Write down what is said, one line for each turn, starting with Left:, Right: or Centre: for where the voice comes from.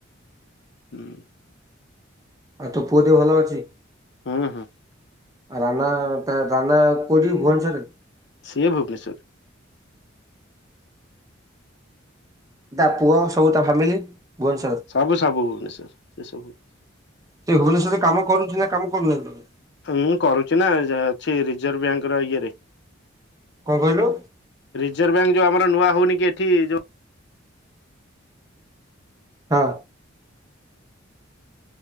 Left: ହୁଁ।
Right: ଆଉ ତୋ ପୁଅ ଦେହ ଭଲ ଅଛି?
Left: ହୁଁ ହୁଁ।
Right: ରାନା ତା ରାନା କଉଠି ଭୁବନେଶ୍ୱରରେ?
Left: ସିଏ ଭୁବନେଶ୍ୱରରେ।
Right: ତା ପୁଅ ସବୁ ତା ଫ୍ୟାମିଲି। ଭୁବନେଶ୍ୱର।
Left: ସବୁ ସବୁ ଭୁବନେଶ୍ୱର ସେ ସବୁ।
Right: ସେ ଭୁବନେଶ୍ୱରେ କାମ କରୁଛି ନା କାମ କରୁନି <unintelligible>
Left: ହୁଁ କରୁଛି ନା ଯା ଅଛି ରିଜର୍ଭ ବ୍ୟାଙ୍କର ଇଏରେ।
Right: କଁ କହିଲୁ?
Left: ରିଜର୍ଭ ବ୍ୟାଙ୍କ ଯୋଉ ଆମର ନୂଆ ହଉନି କି ଏଠି ଯଉ
Right: ହଁ।